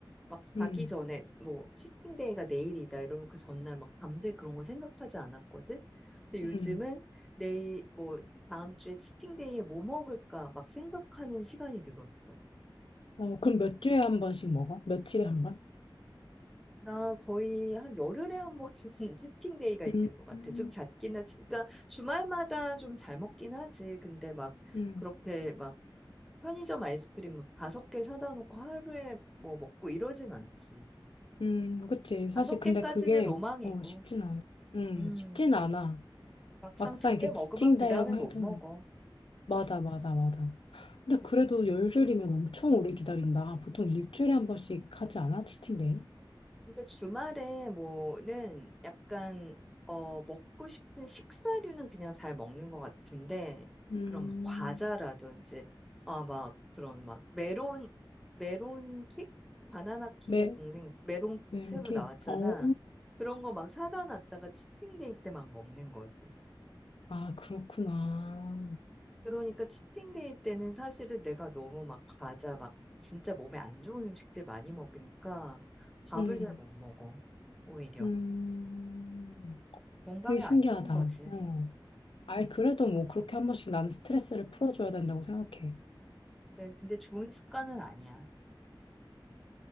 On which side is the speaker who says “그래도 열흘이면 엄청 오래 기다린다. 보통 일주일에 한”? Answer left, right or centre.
Left